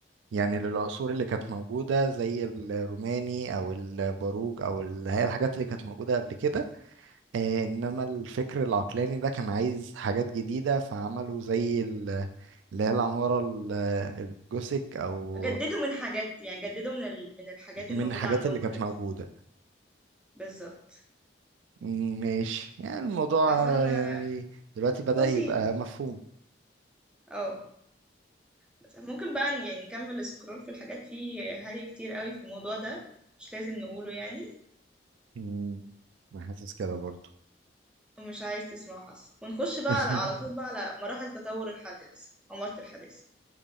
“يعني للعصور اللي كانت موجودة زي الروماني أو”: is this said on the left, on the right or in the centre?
Right